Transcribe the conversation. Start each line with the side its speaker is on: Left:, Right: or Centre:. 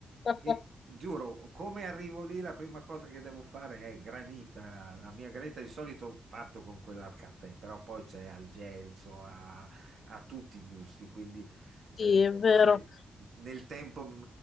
Left: <laughs>
Right: E giuro, come arrivo lì, la prima cosa che devo fare è granita. La mia granita di solito parto con quella al caffè, però poi c'è al gelso, a, a tutti i gusti. Quindi eh,
Left: Sì, è
Right: eh,
Left: vero.
Right: ne- nel tempo, mh,